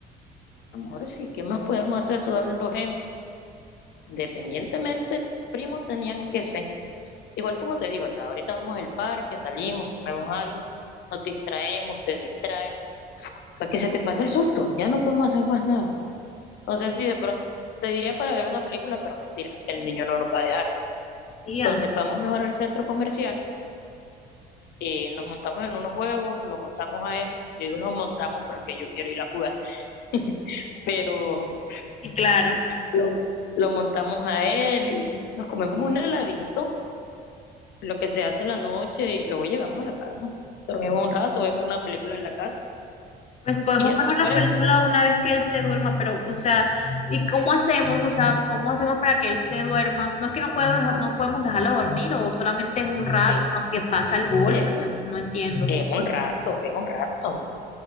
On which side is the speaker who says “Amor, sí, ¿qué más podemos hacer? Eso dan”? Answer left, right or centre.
Left